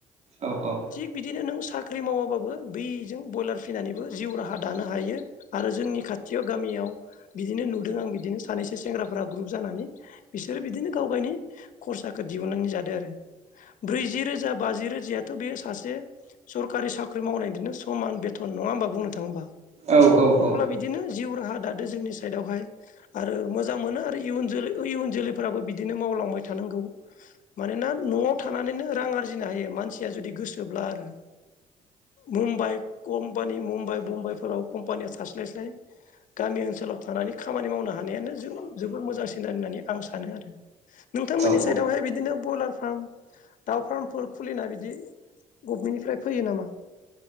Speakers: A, on the right; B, on the left.
A: औ औ।
B: थिग बिदिनो नों साख्रि मावाबाबो बेजों बयलार फिनानैबो जिउ राहा दानो हायो आरो जोंनि खा खाथियाव गामियाव बिदिनो नुदों आं बिदिनो सानैसो सेंग्राफोरा ग्रुप जानानै बिसोरो बिदिनो गाव गावनि खरसाखौ दिहुननानै जादो आरो। ब्रैजि रोजा बाजि रोजायथ' बे सासे सरकारि साख्रि मावनायदोनो समान बेथन नंङा होमबा बुंनो थाङोबा?
A: औ औ
B: अब्ला
A: औ।
B: बिदिनो जिउ राहा दादो जोंनि साइदआवहाय आरो मोजां मोनो आरो इयुन जोलै ओ इयुन जोलैफोराबो बिदिनो मावलांबाय थानांगौ मानोना न'आव थानानैनो रां आरजिनो हायो मानसिया जुदि गोसोब्ला आरो मुम्बाइ कम्पानि मुम्बाइ बम्बाइफोराव कम्पानिया थास्लायस्लाय गामि ओनसोलाव थानानै खामानि मावनो हानायानो जो-जोबोद मोजांसिन होननानै आं सानो आरो। नोंथांमोननि
A: औ
B: साइडआवहाय
A: औ
B: बिदिनो बयलार फार्म दाउ फार्मफोर खुलिना बिदि गभमेन्टनिफ्राय फैयो नामा?